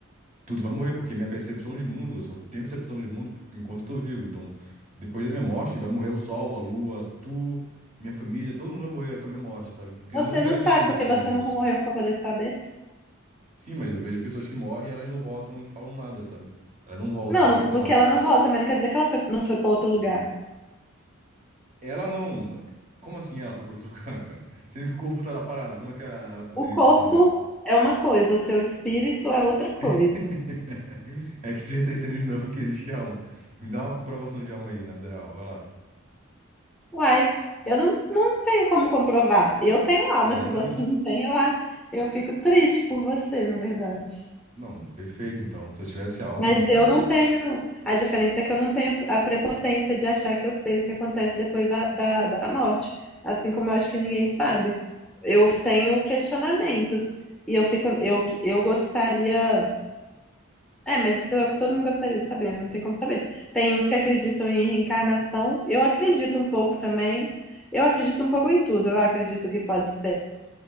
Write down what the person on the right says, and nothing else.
tudo vai morrer, porque minha percepção de mundo, eu só tenho percepção de mundo por- enquanto eu tô vivo. Então, depois da minha morte, vai morrer o sol, a lua, tu, minha família, todo mundo vai morrer com a minha morte, sabe? Porque
não vai
existir um depois
disso.
Sim, mas eu vejo pessoas que morrem, elas não voltam e falam nada, sabe? Elas não voltam
depois
que
morrem.
Ela não. Como assim ela foi pra outro <laughs> lugar, cara? Sendo que o corpo tá lá parado, como é que ela poderia
ir pra outro lugar?
<laughs> É que tu já tá entendendo de novo que existe alma. Me dá uma comprovação de alma aí, na vida real, vai lá.
Exatamente.
Não, perfeito, então. Se eu tivesse alma,
cara,
é-